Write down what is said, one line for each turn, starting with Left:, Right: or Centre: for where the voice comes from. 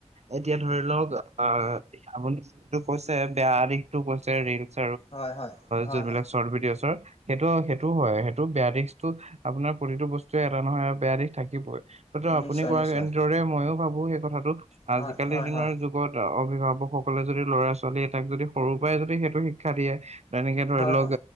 Right: এতিয়া ধৰি লওক আহ আপুনি যিটো কৈছে বেয়া দিশটো কৈছে ৰিলচ
Left: হয় হয় হয়
Right: যিবিলাক
Left: হয়
Right: চৰট ভিডিঅ' হয় সেইটো হয় সেইটো বেয়া ভিডিঅ' <unintelligible> আপোনাৰ প্ৰতিটো বস্তুৱে এটা নহয় আৰু বেয়া দিশ থাকে শিবই <unintelligible> ত আপুনি
Left: নিশ্চয়
Right: ক
Left: নিশ্চয়
Right: এনেদৰে মইও ভাবো সেই কথাটোক আজিকালি
Left: হয় হয়
Right: দিনৰ
Left: হয়
Right: যুগত অ অভিভাৱকসকলে যদি ল'ৰা ছোৱালী এটাক যদি সৰু পৰাই যদি সেইটো শিক্ষা দিয়ে তেনেকে ধৰি
Left: হয়
Right: লওক
Left: হয়